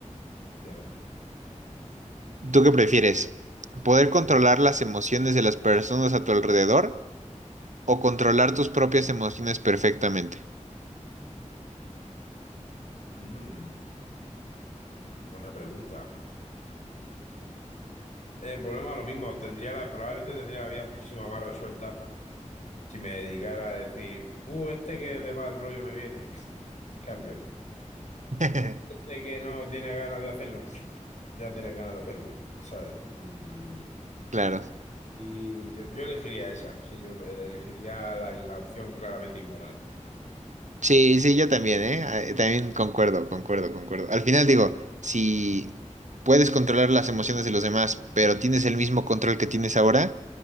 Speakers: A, on the left; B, on the right.
A: efectivamente.
B: ¿Tú qué prefieres? ¿Poder controlar las emociones de las personas a tu alrededor o controlar tus propias emociones perfectamente?
A: Mm. Buena pregunta. Eh, volvemos a lo mismo. Tendría la, probablemente tendría la vida muchísimo más resuelta si me dedicara a decir, uh, este que de mal rollo me viene, pss, cambio.
B: <laughs>
A: Este que no tiene ganas de hacerlo, pss, ya tiene ganas de hacerlo, ¿sabes? Mm,
B: Claro.
A: y yo, yo elegiría esa, sí, yo elegiría la, la opción claramente inmoral.
B: Sí, sí, yo también, ¿eh? Ah, eh, También concuerdo, concuerdo, concuerdo. Al final digo, si puedes controlar las emociones de los demás, pero tienes el mismo control que tienes ahora,